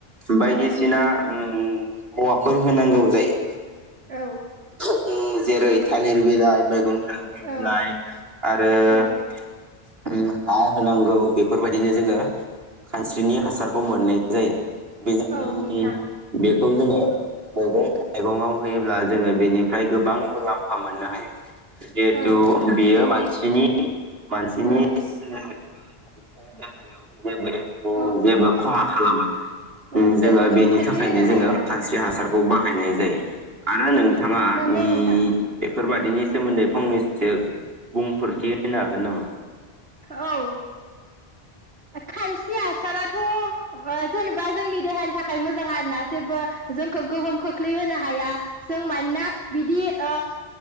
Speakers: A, on the right (about 70°); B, on the right (about 80°).
A: बायदिसिना
B: औ
A: उम औवाफोर होनांगौ जायो
B: औ
A: ओं जेरै थालिर बिलाइ मैगं थाइगंनि
B: औ
A: बिलाइ आरो आरो
B: औ
A: हा होनांगौ बेफोरबायदिनो जोङो खानस्रिनि हासारखौ मोननाय जायो <unintelligible>
B: औ नोंथां
A: बेखौ जोङो मैगं थाइगङाव होयोब्ला जोङो बेनिफ्राय गोबां मुलाम्फा मोननो हायो जिहेतु
B: औ
A: बेयो मानसिनि मानसिनि
B: औ
A: सोमोन्दै बा मानसिनि देहायाव जेबो ए उम
B: औ
A: जेबो खहा खालामा
B: औ
A: ओं जोङो
B: जेबो गोहोम
A: बेनि
B: खोख्लैहोनो
A: थाखायनो जोङो
B: हायाना
A: खानस्रि हासार खौ बाहायनाय जायो। आरो नों नोंथाङा
B: नंगौ
A: उम
B: नोंथां
A: बेफोरबायदिनि सोमोन्दै फंनैसो बुंफोरथि होनो हागोन नामा?
B: औ खानस्रि हासाराथ ओ जेनेबा जोंनि देहानि थाखाय मोजां आरोना जेबो जोंखौ गोहोम खोख्लैहोनो हाया जों मानोना बिदि ओ